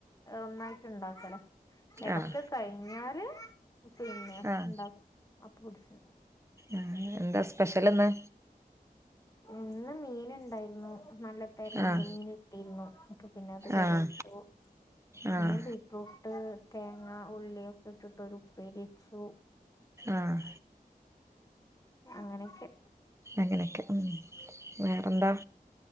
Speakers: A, on the left; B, on the right.
A: ഒന്നായിട്ട് ഉണ്ടാക്കലാ എടക്ക്
B: ആഹ്
A: കഴിഞ്ഞാല് പിന്നെ
B: ആഹ്
A: ഉണ്ടാക്കും അപ്പം പിടിച്ചു ഉണ്ടാക്കും
B: ഉം എന്താ സ്പെഷ്യലിന്ന്?
A: ഇന്ന് മീൻ ഇണ്ടായിരുന്നു നല്ല തെരണ്ടി
B: ആഹ്
A: മീൻ കിട്ടിരുന്നു അപ്പൊ പിന്നെ അത് കറി
B: ആഹ്
A: വച്ചു പിന്നെ
B: ആഹ്
A: ബീറ്റ്റൂട്ട് തേങ്ങ ഉള്ളിയൊക്കെ ഇട്ടിട്ടൊരു ഉപ്പേരി വച്ചു
B: ആഹ്
A: അങ്ങനെക്കെ
B: അങ്ങനെക്കെ ഉം വേറെന്താ?